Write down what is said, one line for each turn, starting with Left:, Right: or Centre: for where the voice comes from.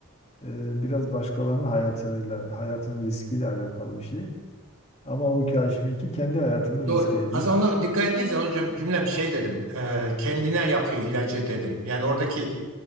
Left: e, biraz başkalarının hayatıyla, hayatın riskiyle alakalı bir şey. Ama o kaşifinki kendi hayatını
Right: doğru.
Left: riske ediyor.
Right: Aslında onu dikkat ettiğiniz zaman cüm- cümlem şey dedim. e, kendine yapıyor ilacı dedim. Yani oradaki